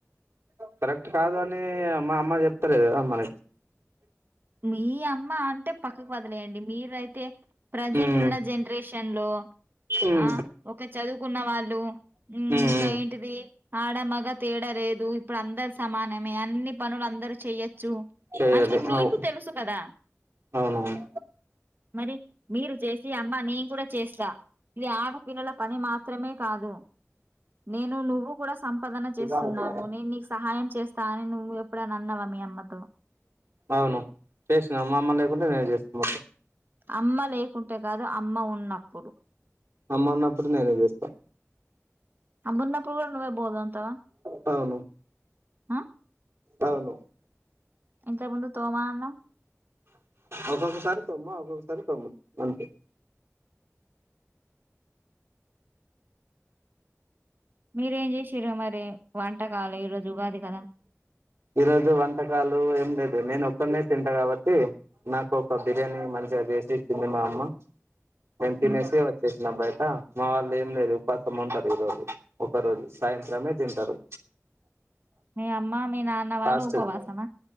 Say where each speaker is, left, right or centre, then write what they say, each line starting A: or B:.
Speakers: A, on the right (about 60°); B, on the right (about 40°).
A: కరెక్ట్ కాదు అని మా అమ్మ చెప్తలేదు మన
B: మీ అమ్ మ్మ అంటే పక్కకు వదిలేయండి మీరయితే ప్రజెంట్
A: ఉమ్
B: ఉన్న జనరేషన్ లో
A: ఉమ్
B: ఆ ఒక చదువుకున్న వాళ్ళు ఇంకా
A: ఉమ్ ఉమ్
B: ఏంటిది ఆడ మగ తేడలేదు ఇప్పుడ్ అందస్ సమానమే అన్ని పనులు అందరు చెయచ్చు
A: చెయ్యాలి
B: అనీ మీ
A: అవు
B: మీకు తెలుసు కద
A: అవునవును
B: మరి మీరు చేసి అమ్మా నేను కూడ చేస్త ఇది ఆడపిల్లల పని మాత్రమే కాదు నేను నువ్వు కూడ సంపాదన
A: అవును
B: చేస్తున్నావు నేను నీకు సహాయం చేస్తా అని నువ్వు ఎప్పుడ అన్నవా మీ అమ్మతో
A: అవును చేసిన అమ్మ లేకుంటె నేన్ చేసుకొనొస్త
B: అమ్మలే కుంటే కాదు అమ్మ ఉన్నప్పుడు
A: అమ్మ అన్నప్పుడు నేనే చేస్తా
B: అమ్మా వున్నపుడు కూడ నువ్వే భోజనం తవ
A: అవును
B: హా
A: అవును
B: ఇంతక ముందు తోమా అన్నవ్
A: ఒక్కొక్కసారి తొమ్మ ఒక్కొక్కసారి తొమ్ముత అంతే
B: మీరేం చేసిర్రూ వంటకాలు ఈరోజు ఉగాది కదా
A: ఈరోజు వంటకాలు ఏం లేదు నేను ఒక్కడినే తింట కాబట్టి నాకు ఒక బిర్యానీ మంచిగ చేసి ఇచ్చింది మా అమ్మ నేన్ తినేసి
B: ఉమ్.
A: వచ్చేసిన బైట మా వాళ్ళు ఏం లేదు ఉపాసం ఉంటరు ఈ రోజు ఒక రోజు సాయంత్రమే తింటారు
B: మీ అమ్మ మీ నాన్న వాళ్ళు
A: ఫాస్టింగ్
B: ఉపవాసమ